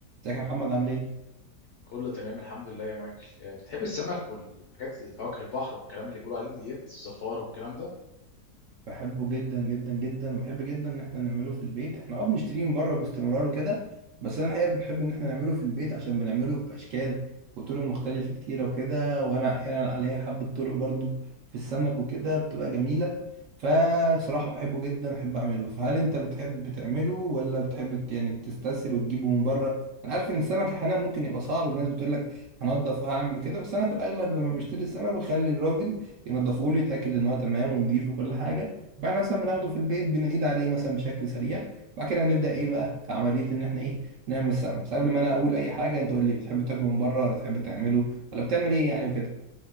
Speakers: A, on the right (about 65°); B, on the left (about 60°).
A: ازيك يا محمد عامل ايه؟
B: كله تمام الحمد لله يا مايكل آه، بتحب السمك والحاجات الفواكه البحر والكلام اللي بيقولوا عليه ديت الزفارة والكلام ده
A: بحبه جدا جدا جدا وبحب جدا ان احنا نعمله في البيت احنا اه بنشتريه من بره باستمرار وكده بس انا الحقيقه بنحب ان احنا نعمله في البيت عشان بنعمله باشكال وطرق مختلفه كتيره وكده وانا احيانا عليا حبه طرق برضو في السمك وكده بتبقى جميله فصراحه بحبه جدا بحب اعمله فهل انت بتحب تعمله ولا بتحب ت- يعني تستسهل وتجيبه من بره انا عارف ان السمك احيانا ممكن يبقى صعب الناس بتقول لك هنضف وهعمل كده بس انا في الاغلب لما بشتري السمك بخلي الراجل ينضفه لي يتاكد ان هو تمام ونضيف وكل حاجه بعد مثلا بناخده في البيت بنعيد عليه مثلا بشكل سريع بعد كده نبدا ايه بقى في عمليه ان احنا ايه نعمل السمك بس قبل ما انا اقول اي حاجه انت قول لي بتحب تاكله من بره ولا تحب تعمله ولا بتعمل ايه يعني وكده